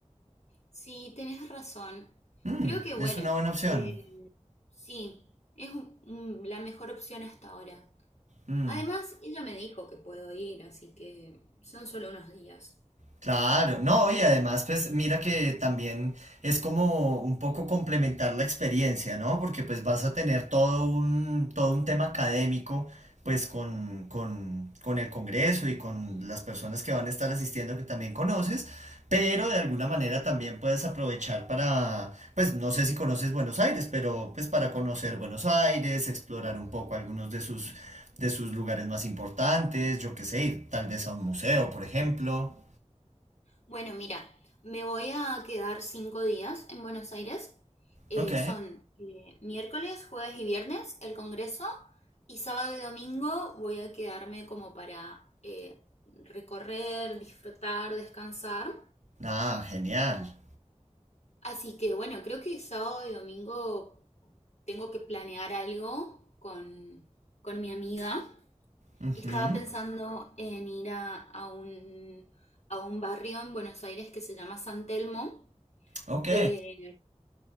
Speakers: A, on the left (about 65°); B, on the right (about 90°).
A: Sí, tenés razón.
B: Mm,
A: Creo que bueno,
B: es una buena opción.
A: eh, sí, es un- un- la mejor opción hasta ahora.
B: Mm.
A: Además, ella me dijo que puedo ir, así que son solo unos días.
B: Claro, no, y además, pues mira que también es como un poco complementar la experiencia, ¿no? Porque pues vas a tener todo un, todo un tema académico, pues con, con, con el Congreso y con las personas que van a estar asistiendo que también conoces, pero de alguna manera también puedes aprovechar para, pues no sé si conoces Buenos Aires, pero pues para conocer Buenos Aires, explorar un poco algunos de sus, de sus lugares más importantes, yo qué sé, ir tal vez a un museo, por ejemplo.
A: Bueno, mira, me voy a quedar cinco días en Buenos Aires. Eh,
B: Ok.
A: son eh, miércoles, jueves y viernes el congreso y sábado y domingo voy a quedarme como para eh, recorrer, disfrutar, descansar.
B: Ah, genial.
A: Así que bueno, creo que sábado y domingo tengo que planear algo con, con mi amiga.
B: Ujú.
A: Estaba pensando en ir a, a un, a un barrio en Buenos Aires que se llama San Telmo,
B: Ok.
A: que,